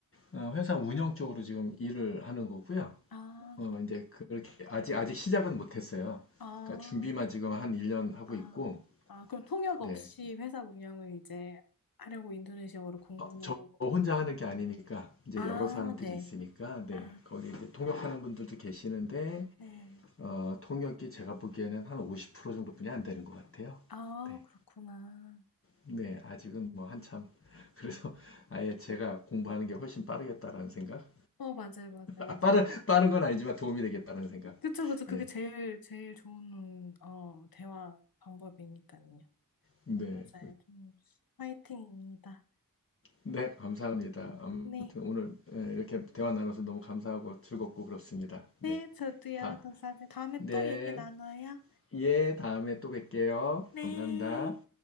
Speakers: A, on the left (about 40°); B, on the left (about 85°).
A: 어, 회사 운영 쪽으로 지금 일을 하는 거고요.
B: 아
A: 어,
B: 그렇구나.
A: 이제 그렇게 아직, 아직 시작은 못했어요.
B: 아,
A: 그러니까 준비만 지금 한 1년 하고
B: 아,
A: 있고,
B: 아, 그럼 통역 없이
A: 네.
B: 회사 운영을 이제 하려고 인도네시아어를 공부.
A: 어, 저 혼자 하는 게 아니니까 이제
B: 아,
A: 여러 사람들이
B: 네.
A: 있으니까 네
B: 아,
A: 거기 이제 통역하는 분들도 계시는데
B: 네.
A: 어, 통역이 제가 보기에는 한 50% 정도뿐이 안 되는 것 같아요.
B: 아,
A: 네,
B: 그렇구나.
A: 네 아직은 뭐 한참 <laughs> 그래서
B: 네.
A: 아예 제가 공부하는 게 훨씬 빠르겠다라는 생각.
B: 어, 맞아요, 맞아요, 맞아요.
A: 아, 빠른 빠른 건 아니지만 도움이 되겠다는 생각.
B: 그쵸, 그쵸. 그게
A: 네,
B: 제일, 제일 좋은, 어, 대화 방법이니까요.
A: 네,
B: 맞아요. 좀 화이팅입니다.
A: 네 감사합니다. 아무튼
B: 네.
A: 오늘 예, 이렇게 대화 나눠서 너무 감사하고 즐겁고 그렇습니다.
B: 네,
A: 네,
B: 저도요.
A: 다
B: 감사합니다. 다음에
A: 네.
B: 또 얘기 나눠요.
A: 예, 다음에 또 뵐게요.
B: 네.
A: 감사합니다.